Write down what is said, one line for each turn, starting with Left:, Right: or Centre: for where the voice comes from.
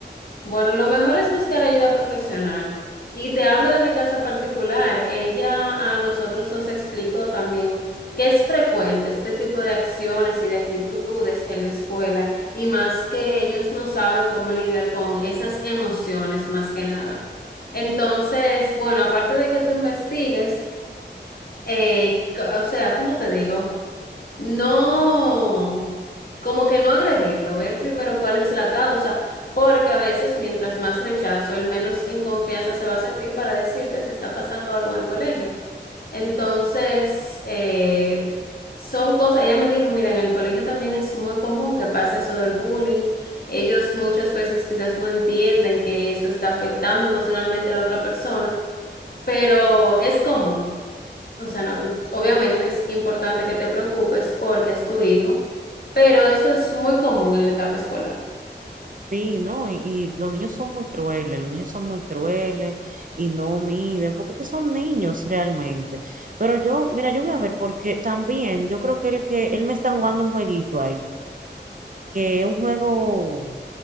Left: Bueno, lo mejor es buscar ayuda profesional. Y te hablo de mi caso particular. Ella a nosotros nos explicó también que es frecuente este tipo de acciones y de actitudes en la escuela y más que ellos no saben cómo lidiar con esas emociones más que nada. Entonces, bueno, aparte de que tú investigues, eh, c- o sea, ¿cómo te digo? No, como que no agredirlo, ver primero cuál es la causa, porque a veces mientras más rechazo, el menos en confianza se va a sentir para decirte si está pasando algo en el colegio. Entonces, eh, son cosas, ella me dijo, mira, en el colegio también es muy común que pase eso del bullying. Ellos muchas veces quizás no entienden que eso está afectando emocionalmente a la otra persona, pero es común. O sea, no, obviamente es importante que te preocupes porque es tu hijo, pero eso es muy común en la etapa escolar.
Right: Sí, ¿no? Y, y los niños son muy crueles, los niños son muy crueles y no miden, porque es que son niños realmente. Pero yo, mira, yo voy a ver, porque también yo creo que el que él me está jugando un jueguito ahí. que es un juego